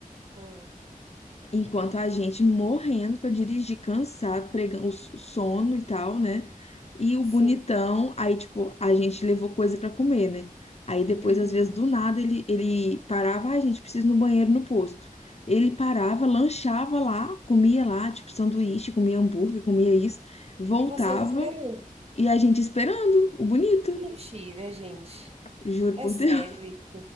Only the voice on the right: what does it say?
ah,
sim.
Uhum.
E vocês esperando.
Mentira, gente.
É
sério.
isso.